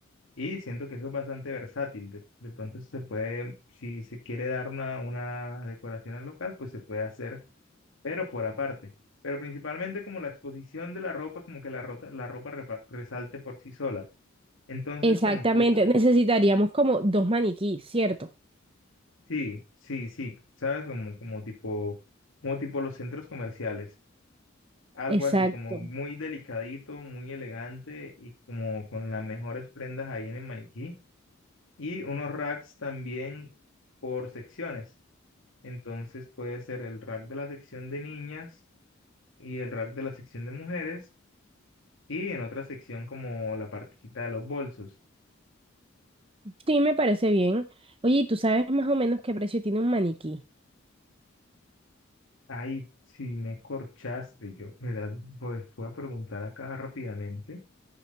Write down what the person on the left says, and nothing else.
y siento que eso es bastante versátil. De, de pronto se puede, si se quiere dar una, una decoración al local, pues se puede hacer, pero por aparte. Pero principalmente como la exposición de la ropa, como que la, rota- la ropa repa- resalte por sí sola. Entonces
se me ocurre,
sí, sí, sí, ¿sabes? Como, como tipo, como tipo los centros comerciales. algo
así como muy delicadito, muy elegante y como con las mejores prendas ahí en el maniquí. Y unos racks también por secciones. Entonces puede ser el rack de la sección de niñas y el rack de la sección de mujeres y en otra sección como la partecita de los bolsos.
Ay, si me corchaste, yo, mira, pues voy a preguntar acá rápidamente.